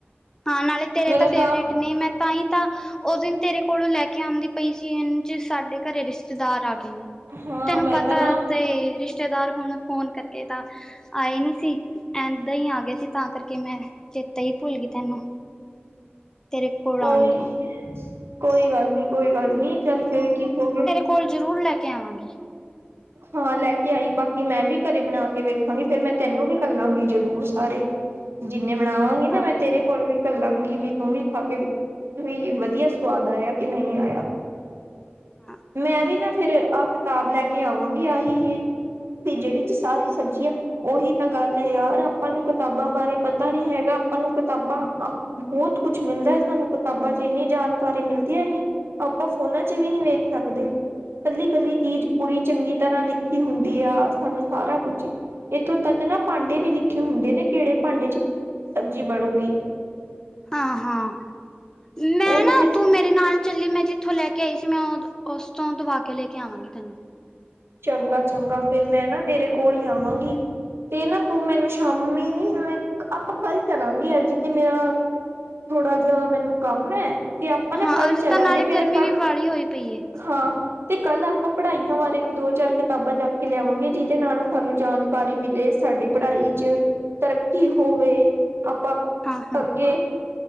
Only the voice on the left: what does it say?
ਹਾਂ ਨਾਲੇ ਤੇਰੇ
ਤਾਂ ਫੇਵਰੇਟ
ਨੇ, ਮੈਂ ਤਾਂ ਹੀ ਤਾਂ ਉਸ ਦਿਨ ਤੇਰੇ ਕੋਲੋਂ ਲੈ ਕੇ ਆਉਂਦੀ ਪਈ ਸੀ ਇਹ ਚ ਸਾਡੇ ਘਰੇ ਰਿਸ਼ਤੇਦਾਰ ਆ ਗਏ ਨੇ,
ਤੈਨੂੰ
ਪਤਾ
ਤੇ ਰਿਸ਼ ਰਿਸ਼ਤੇਦਾਰ ਹੁਣ ਫੋਨ ਕਰਕੇ ਤਾਂ ਆਏ ਨੀ ਸੀ। ਏਦਾਂ ਹੀ ਆ ਗਿਆ ਸੀ, ਤਾਂ ਕਰਕੇ ਮੈਂ ਚੇਤਾ ਹੀ ਭੁੱਲ ਤੈਨੂੰ ਤੇਰੇ ਕੋਲ
ਆਉਣ ਦਾ
ਕਲ ਜ਼ਰੂਰ ਲੈ ਕੇ ਆਵਾਂਗੀ।
ਹਾਂ
ਹਾਂ
ਹਾਂ -ਹਾਂ ਮੈਂ
ਨਾ
ਤੂੰ ਮੇਰੇ ਮੇਰੇ ਨਾਲ ਚੱਲੀ, ਮੈਂ ਜਿੱਥੋਂ ਲੈ ਕੇ ਆਈ ਸੀ ਮੈਂ ਉਸ ਤੋਂ ਦਵਾ ਕੇ ਲੈ ਕੇ ਆਵਾਂਗੀ ਤੈਨੂੰ।
ਹਾਂ
ਅੱਜ
ਤਾਂ ਨਾਲੇ
ਗਰਮੀ
ਵੀ ਵਾਲੀ ਹੋਈ ਪਈ ਹੈ
ਹਾਂ ਹਾਂ